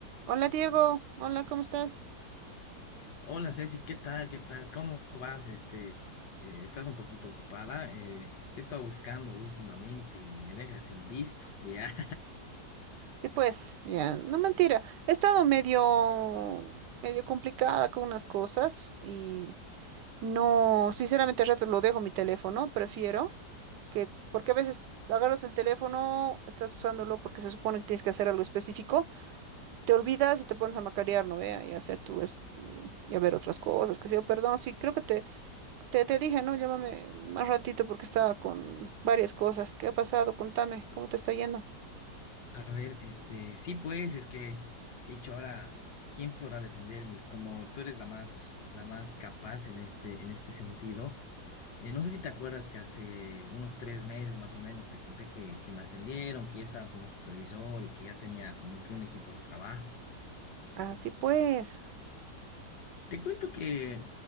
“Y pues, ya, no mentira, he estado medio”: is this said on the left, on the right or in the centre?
Right